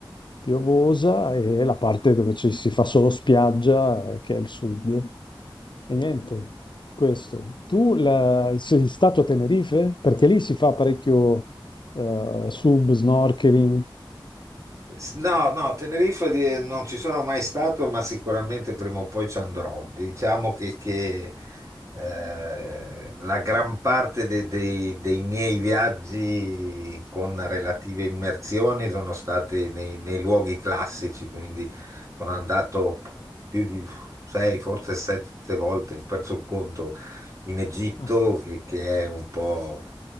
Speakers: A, on the left (about 60°); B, on the right (about 35°).
A: piovosa e la parte dove ci si fa solo spiaggia, eh, che è il sud. E niente, questo. Tu la- sei stato a Tenerife? Perché lì si fa parecchio eh, sub, snorkeling.
B: S- No, no, Tenerife di- non ci sono mai stato, ma sicuramente prima o poi ci andrò. Diciamo che, che, eh, la gran parte de- dei, dei miei viaggi con relative immersioni sono stati nei, nei luoghi classici, quindi sono andato più di sei, forse sette volte, ho perso il conto, in Egitto,
A: Ah,
B: che che è un po'.